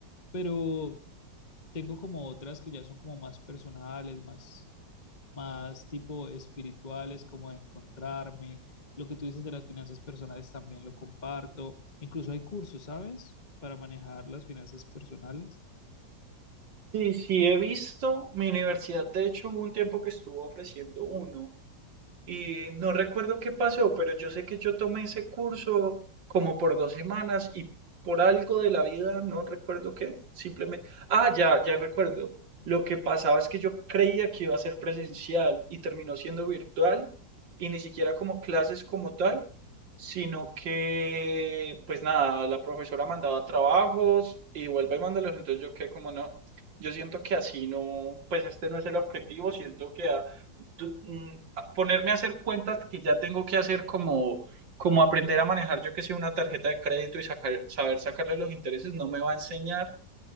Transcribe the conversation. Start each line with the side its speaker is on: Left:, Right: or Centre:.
Left: Pero Tengo como otras que ya son como más personales, más, más tipo espirituales, como de encontrarme. Lo que tú dices de las finanzas personales también lo comparto. Incluso hay cursos, ¿sabes? Para manejar las finanzas personales.
Right: Sí, sí, he visto. Mi universidad, de hecho, hubo un tiempo que estuvo ofreciendo uno. Y no recuerdo qué pasó, pero yo sé que yo tomé ese curso como por dos semanas y por algo de la vida, no recuerdo qué, simplemente, ah, ya, ya recuerdo. Lo que pasaba es que yo creía que iba a ser presencial y terminó siendo virtual y ni siquiera como clases como tal, sino que, pues nada, la profesora mandaba trabajos y vuelve y mándalos, entonces yo quedé como no. Yo siento que así no, pues este no es el objetivo, siento que a- tú- mm, ponerme a hacer cuentas que ya tengo que hacer como, como aprender a manejar, yo que sé, una tarjeta de crédito y sacar, saber sacarle los intereses, no me va a enseñar